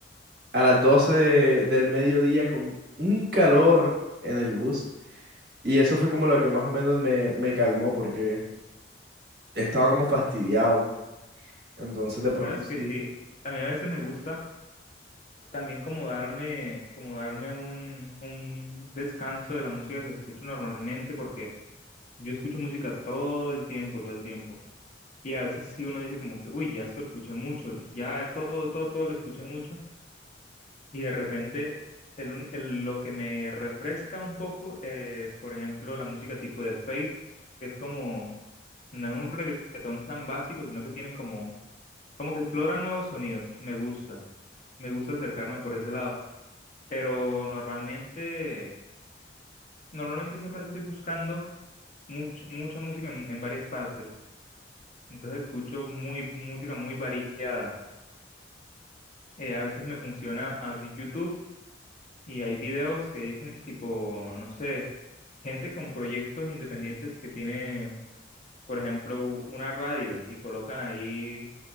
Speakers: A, on the right; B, on the left.
A: a las 12 de- del mediodía con un calor en el bus. Y eso fue como lo que más o menos me, me calmó porque estaba como fastidiado. Entonces de pronto
B: Sabes
A: sí.
B: que sí, a mí a veces me gusta. también como darme, como darme un, un descanso de la música que escucho normalmente, porque yo escucho música todo el tiempo, todo el tiempo. Y a veces sí uno dice como que, uy, ya esto lo escuché mucho, ya todo, todo, todo lo escuché mucho. Y de repente el, uni- el- lo que me refresca un poco, eh, por ejemplo, la música tipo de Fate, que es como, no es un reggaetón tan básico, sino que tienen como, como que explora nuevos sonidos. Me gusta, me gusta acercarme por ese lado. pero normalmente, normalmente siempre estoy buscando much- mucha música en, en varias partes, entonces escucho muy, música muy variada. Eh, a veces me funciona abrir YouTube y hay videos que dicen tipo, no sé, gente con proyectos independientes que tiene, por ejemplo, u- una radio y colocan ahí